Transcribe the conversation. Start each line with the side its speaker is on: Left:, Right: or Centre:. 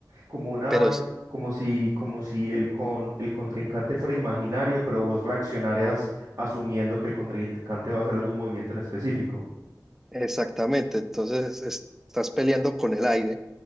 Right: Como una,
Centre: pero es-
Right: como si, como si el con, el contrincante fuera imaginario, pero vos reaccionarías asumiendo que el contrincante va a hacer algún movimiento en específico.
Centre: exactamente, entonces es- estás peleando con el aire,